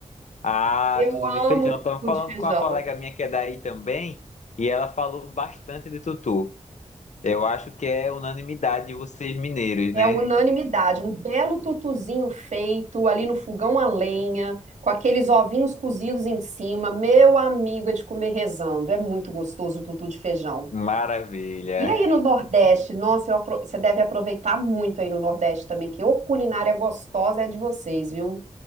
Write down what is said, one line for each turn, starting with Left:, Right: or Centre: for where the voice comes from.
Left: Ah,
Right: Eu
Left: tutu
Right: amo
Left: de feijão.
Right: tutu
Left: Estava falando
Right: de feijão.
Left: com uma colega minha que é daí também, e ela falou bastante de tutu. Eu acho que é unanimidade de vocês mineiros,
Right: É
Left: né?
Right: unanimidade, um belo tutuzinho feito ali no fogão a lenha, com aqueles ovinhos cozidos em cima. Meu amigo, é de comer rezando. É muito gostoso o tutu de feijão.
Left: Maravilha.
Right: E aí no Nordeste, nossa, eu apro- você deve aproveitar muito aí no Nordeste também, que ô culinária gostosa é a de vocês, viu?